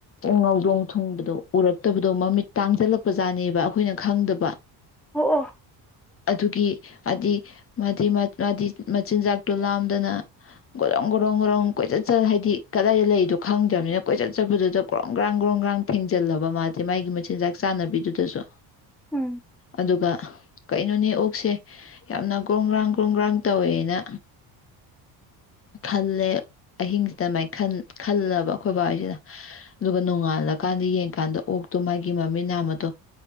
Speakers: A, on the left (about 30°); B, in the centre.
A: ꯉꯧꯗꯣꯡ ꯊꯨꯡꯕꯗꯣ ꯎꯔꯛꯇꯕꯗꯣ ꯃꯃꯤꯠ ꯇꯥꯡꯁꯤꯜꯂꯛꯄ ꯄ꯭ꯔꯖꯥꯅꯦꯕ ꯑꯩꯈꯣꯏꯅ ꯈꯪꯗꯕ
B: ꯑꯣ ꯑꯣ
A: ꯑꯗꯨꯒꯤ ꯃꯥꯗꯤ ꯃꯥꯗꯤ ꯃꯥꯗꯤ ꯃꯆꯤꯟꯖꯥꯛꯇꯣ ꯂꯥꯝꯗꯅ ꯒꯣꯔꯣꯡ ꯒꯣꯔꯣꯡ ꯒꯣꯔꯣꯡ ꯀꯣꯏꯆꯠ ꯆꯠ ꯍꯥꯏꯗꯤ ꯀꯗꯥꯏꯗ ꯂꯩꯔꯤꯗꯣ ꯈꯪꯗ꯭ꯔꯕꯅꯤꯅ ꯀꯣꯏꯆꯠ ꯆꯠꯄꯗꯨꯗ ꯀꯣꯔꯣ ꯒ꯭ꯔꯥꯡ ꯒ꯭ꯔꯣꯡ ꯒ꯭ꯔꯥꯡ ꯊꯦꯡꯖꯤꯜꯂꯕ ꯃꯥꯗꯤ ꯃꯥꯒꯤ ꯃꯆꯤꯟꯖꯥꯛ ꯆꯥꯟꯅꯕꯤꯗꯨꯗꯁꯨ
B: ꯎꯝ
A: ꯑꯗꯨꯒ ꯀꯩꯅꯣꯅꯦ ꯑꯣꯛꯁꯦ ꯌꯥꯝꯅ ꯒ꯭ꯔꯣꯝ ꯒ꯭ꯔꯥꯡ ꯒ꯭ꯔꯣ ꯒ꯭ꯔꯥꯡ ꯇꯧꯋꯦꯅ ꯈꯜꯂꯦ ꯑꯍꯤꯡꯁꯤꯗꯃꯥꯏꯅ ꯈꯜꯂꯕ ꯑꯩꯈꯣꯏ ꯕꯥꯕꯍꯩꯁꯤꯅ ꯑꯗꯨꯒ ꯅꯣꯡꯉꯥꯜꯂꯀꯥꯟꯗ ꯌꯦꯡꯀꯥꯟꯗ ꯑꯣꯛꯇꯣ ꯃꯥꯒꯤ ꯃꯃꯤꯠ ꯅꯥꯃꯗꯣ